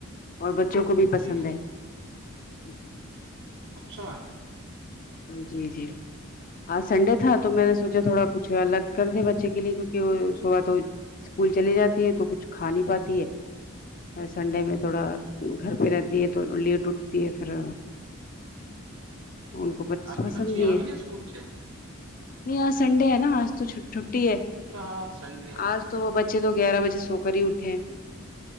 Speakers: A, on the left; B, on the right.
A: اور بچوں کو بھی پسند
B: جی
A: ہے جی
B: اچھا
A: جی جی ہ سنڈے تھا تو میں نے سوچا تھوڑا پچھ الگ کر دے بچے کے لیے کیونکہ وہ سوا تو اسکول چلی جاتی ہے تو کچھ کھا نہیں پاتی ہے سنڈے میں تھوڑا گھر پہ رہتی ہے تو لی ٹوٹتی ہے پھر ان کو ب
B: آپ
A: پسند
B: کی بچی
A: بھی
B: آ گئی
A: ہے
B: اسکول سے
A: نہیں آج سنڈے ہے نا آج تو چھٹی ہے
B: ا ہاںاں سنڈے ہے
A: آج تو وہ بچے تو گیارہ بجے سو کر ہی اٹھے